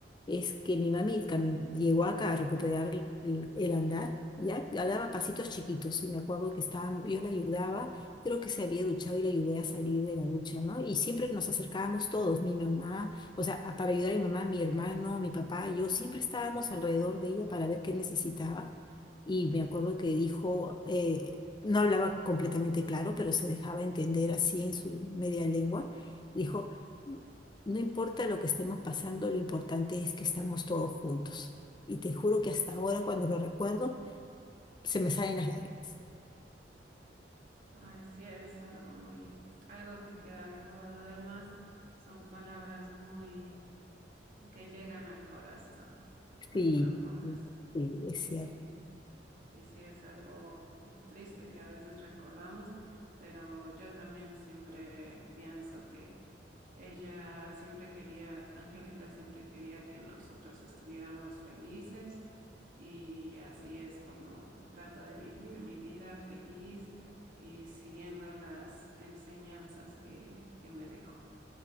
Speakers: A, on the left (about 25°); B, on the right (about 50°).
A: es que mi mami cami- llegó acá a recuperar el, el- el andar, ya, ya daba pasitos chiquitos y me acuerdo que estaba, yo la ayudaba, creo que se había duchado y la ayudé a salir de la ducha, ¿no? Y siempre nos acercábamos todos, mi mamá. O sea, a- para ayudar a mi mamá, mi hermano, mi papá, yo siempre estábamos alrededor de ella para ver qué necesitaba. Y me acuerdo que dijo, eh, no hablaba completamente claro, pero se dejaba entender así en su media lengua. Dijo, no importa lo que estemos pasando, lo importante es que estamos todos juntos. Y te juro que hasta ahora, cuando lo recuerdo, se me salen las lágrimas.
B: Ay, sí, es algo muy, algo que queda grabado. Además, son palabras muy, que llegan al corazón, muy
A: Sí,
B: profundas.
A: sí, sí, es
B: Y,
A: cierto.
B: y sí, es algo triste que a veces recordamos, pero yo también siempre pienso que Ella siempre quería, Angélica siempre quería que nosotros estuviéramos felices y así es como trato de vivir mi vida feliz y siguiendo las enseñanzas que, que me dejó.